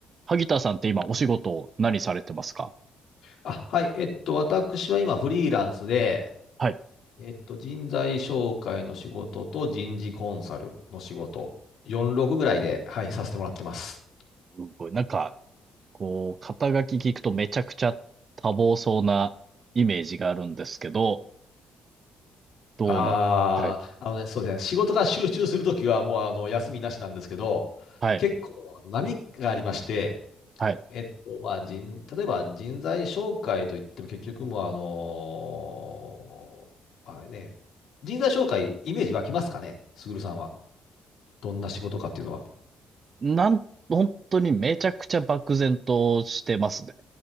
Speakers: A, on the right; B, on the left.
A: 萩田さんって今お仕事何されてますか
B: あ、はい。えっと、私は今フリーランスで、
A: はい。
B: えっと、人材紹介の仕事と人事コンサルの仕事、46ぐらいで、はい、させてもらってます。
A: すごい。なんか、こう、肩書き聞くとめちゃくちゃ多忙そうなイメージがあるんですけど、どうなんですかはい。
B: あああのね、そうですね。仕事が集中するときはもうあの休みなしなんですけど、
A: はい。
B: 結構波がありまして、
A: はい。
B: えっと、まあ、人、例えば人材紹介といっても結局もうあのーまあね、人材紹介イメージ湧きますかね、すぐるさんは。どんな仕事かっていうのは。
A: なん、本当にめちゃくちゃ漠然としてますね。